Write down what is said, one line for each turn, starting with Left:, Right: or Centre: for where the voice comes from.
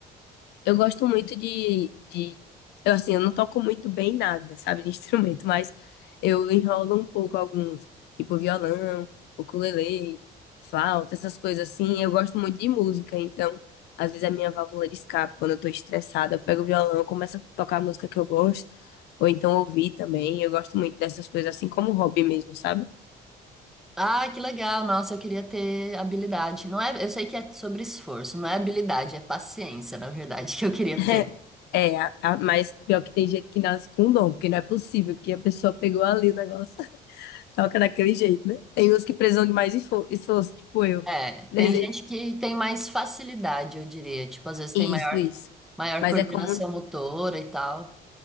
Left: Eu gosto muito de, de... Eu, assim, eu não toco muito bem nada, sabe, de <laughs> instrumento, mas eu enrolo um pouco alguns, tipo violão, ukulele, flauta, essas coisas assim. Eu gosto muito de música, então, às vezes a minha válvula de escape, quando eu tô estressada, eu pego o violão, começo a tocar a música que eu gosto, ou então ouvir também. Eu gosto muito dessas coisas, assim como hobby mesmo, sabe?
Centre: Ah, que legal. Nossa, eu queria ter habilidade. Não é, eu sei que é sobre esforço, não é habilidade, é paciência, na verdade, <laughs> que eu queria
Left: <laughs>
Centre: ter.
Left: É, a- a- mas pior que tem gente que nasce com um dom, porque não é possível que a pessoa pegou ali o negócio Toca daquele jeito, né? Tem uns que precisam de mais esfor- esforço, tipo eu.
Centre: É,
Left: Prese-
Centre: tem gente que tem mais facilidade, eu diria. Tipo, às vezes tem
Left: Isso,
Centre: maior,
Left: isso.
Centre: maior
Left: Mas
Centre: coordenação
Left: é como,
Centre: motora e tal.